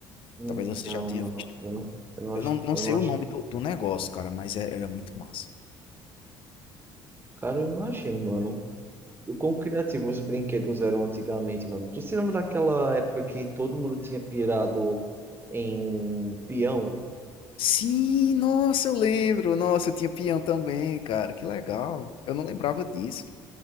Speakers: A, on the right (about 25°); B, on the left (about 65°).
A: hum,
B: Talvez você
A: Não,
B: já tenha
A: mano.
B: visto.
A: Eu não, eu não
B: Eu
A: acho,
B: não, não
A: eu
B: sei
A: não acho.
B: o nome do, do negócio, cara, mas é- era muito massa.
A: Cara, eu imagino, mano. o quão criativos os brinquedos eram antigamente, mano. Tu se lembra daquela época que todo mundo tinha pirado em peão?
B: Sim, nossa, eu lembro. Nossa, eu tinha peão também, cara. Que legal. Eu não lembrava disso.